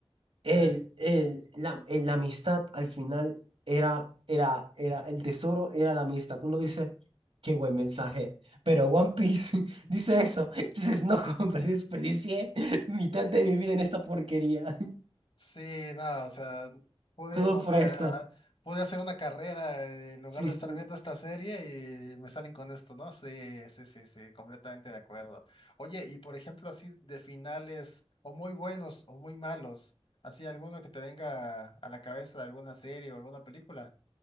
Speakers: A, on the right; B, on the left.
A: El,
B: sí.
A: el, la, el- la amistad al final era, era, era, el tesoro era la amistad. Uno dice, qué buen mensaje. Pero One Piece <laughs> dice eso. Entonces, no, hombre, desperdicié mitad de mi vida en esta porquería.
B: Sí, no, o sea,
A: <laughs>
B: pude,
A: Todo
B: no
A: por
B: sé,
A: esto.
B: ah, pude hacer una carrera eh, en lugar
A: Sí,
B: de
A: sí.
B: estar viendo esta serie y me salen con esto, ¿no? Sí, sí, sí, sí, completamente de acuerdo. Oye, y por ejemplo, así de finales, o muy buenos o muy malos, así alguno que te venga a la cabeza de alguna serie o alguna película.